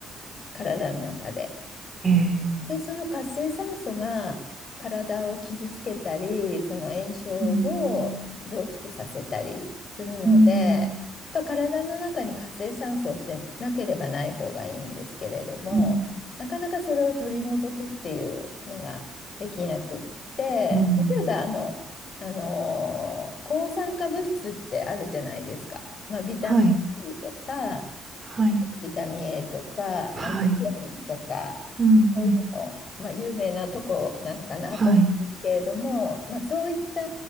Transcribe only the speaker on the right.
ええ。
うん。うん。
うん。
うん。
はい。
はい。
はい。
うん、
うん。
はい。